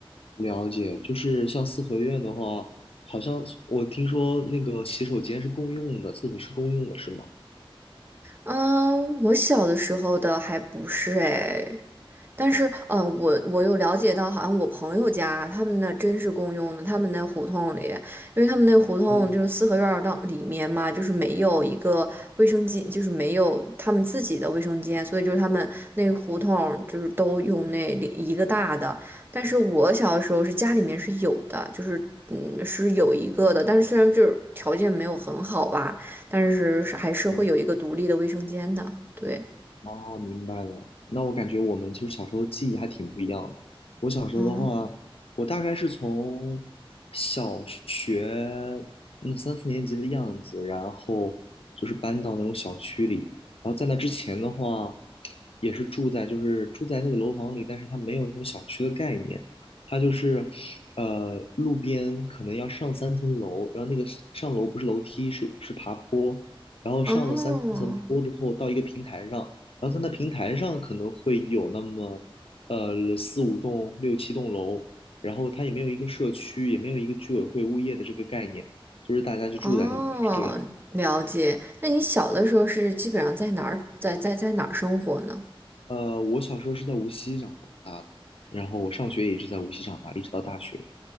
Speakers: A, on the left; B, on the right.
A: 了解，就是像四合院的话，好像是我听说那个洗手间是共用的，厕所是共用的，是吗？
B: 嗯，我小的时候的还不是哎，但是，嗯，我我有了解到，好像我朋友家他们那真是共用的，他们那胡同里，因为他们那胡同就是四合院儿到里面嘛，
A: 嗯
B: 就是没有一个卫生间，就是没有他们自己的卫生间，所以就是他们那个胡同就是都用那里一个大的。但是我小的时候是家里面是有的，就是嗯是有一个的，但是虽然就是条件没有很好吧，但是是还是会有一个独立的卫生间的，
A: 嗯。
B: 对，
A: 哦，明白了。那我感觉我们其实小时候记忆还挺不一样的。我小时候的话，
B: 嗯，
A: 我大概是从小学那三四年级的样子，然后就是搬到那种小区里。然后在那之前的话，也是住在就是住在那个楼房里，但是它没有那种小区的概念，它就是呃路边可能要上三层楼，然后那个上楼不是楼梯，是是爬坡。然后上了三层坡之后，
B: 哦。
A: 到一个平台上，然后在那平台上可能会有那么呃四五栋、六七栋楼，然后它也没有一个社区，也没有一个居委会物业的这个概念，就是大家就住在里面是这样。
B: 哦，了解。那你小的时候是基本上在哪儿，在在在哪儿生活呢？
A: 呃，我小时候是在无锡长大的，然后我上学也一直在无锡长大，一直到大学。